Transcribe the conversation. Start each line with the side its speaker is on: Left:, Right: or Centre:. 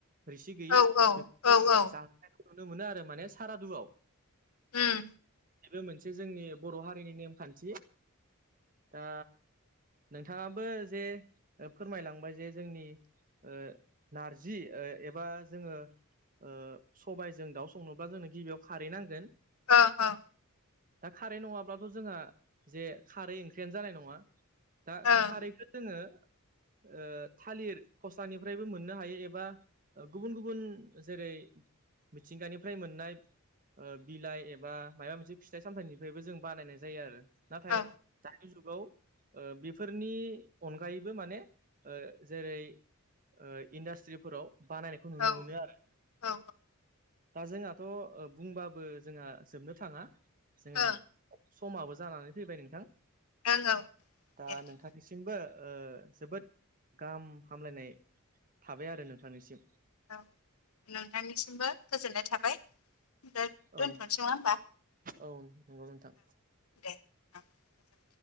Right: रोसि गैयि
Left: औ औ
Right: बेखौ जोङो
Left: औ औ
Right: जाहोनायखौ नुनो मोनो आरो माने सारादुआव।
Left: उम।
Right: बेबो मोनसे जोंनि बर' हारिनि नेमखान्थि। दा नोंथाङाबो जे ओ फोरमायलांबाय जे जोंनि ओ नारजि ओ एबा जोङो ओ सबायजों दाउ संनोब्ला जोंनो गिबियाव खारै नांगोन।
Left: ओ ओ।
Right: दा खारै नङाब्लाथ' जोंहा जे खारै ओंख्रियानो जानाय नङा। दा
Left: ओं
Right: खारैखो जोङो ओ थालिर फस्लानिफ्रायबो मोननो हायो एबा गुबुन गुबुन जेरै मिथिंगानिफ्राय मोननाय ओ बिलाइ एबा मायबा मोनसे फिथाइ सामथायाइनिफ्रायबो जों बानायनाय जायो आरो नाथाय
Left: औ
Right: दानि जुगाव ओ बेफोरनि अनगायैबो माने ओ जेरै ओ इन्डास्ट्रिफोराव बानायनायखौ नुनो
Left: औ
Right: मोनो आरो।
Left: औ
Right: दा जोंहाथ' ओ बुंबाबो जोंहा जोबनो थाङा। जोंहा
Left: ओं
Right: समाबो जानानै फैबाय नोंथां
Left: ओं औ
Right: दा
Left: दे दे
Right: नोंथां निसिमबो ओ जोबोद गाहाम हामलायनाय थाबाय आरो नोंथांनिसिम।
Left: औ नोंथांनिसिमबो गोजोननाय थाबाय दा
Right: औ
Left: दोनथ'नोसै नङा होनबा?
Right: औ नोंगौ नोंथां।
Left: दे ओं गोजोननाय।